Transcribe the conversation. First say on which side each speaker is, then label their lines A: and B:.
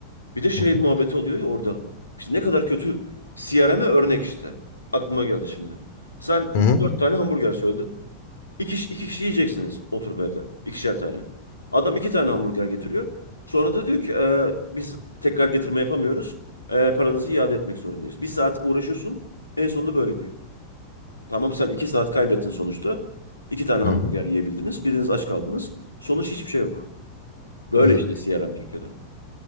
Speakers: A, on the left (about 80°); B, on the left (about 50°).
A: Bir de şey
B: Hı hı.
A: muhabbeti oluyor ya orada. İşte ne kadar kötü CRM'e örnek işte. Aklıma geldi şimdi. Sen
B: Hı hı.
A: dört tane hamburger söyledin. İki, iki kişi yiyeceksiniz oturup evde. İkişer tane. Adam iki tane hamburger getiriyor. Sonra da diyor ki "E, biz tekrar getirme yapamıyoruz. E, paranızı iade etmek zorundayız. Bir saat uğraşıyorsun. En sonunda böyle diyor. Tamam sen iki saat kaybettin sonuçta. İki tane
B: Hı
A: hamburger
B: hı.
A: yiyebildiniz. Biriniz aç kaldınız. Sonuç hiçbir şey yok. Böyle
B: Hı.
A: işte CRM Türkiye'de.